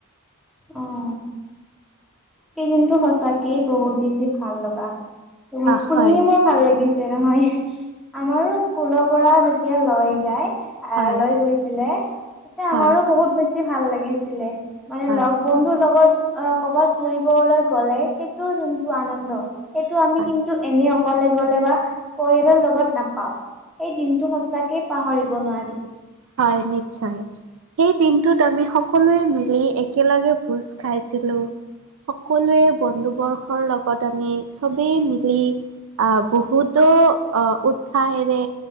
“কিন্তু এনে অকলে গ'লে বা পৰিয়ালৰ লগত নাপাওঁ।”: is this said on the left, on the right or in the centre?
Centre